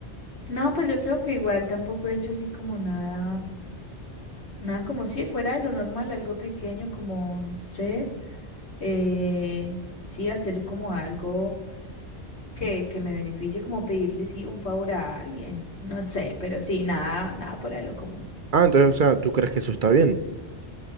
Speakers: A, on the left; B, on the right.
A: No, pues yo creo que igual tampoco he hecho así como nada, nada como si fuera de lo normal, algo pequeño como, no sé, eh, sí, hacer como algo que, que me beneficie, como pedirle, sí, un favor a alguien, no sé, pero sí, nada, nada fuera de lo común.
B: Ah, entonces, o sea, ¿tú crees que eso está bien?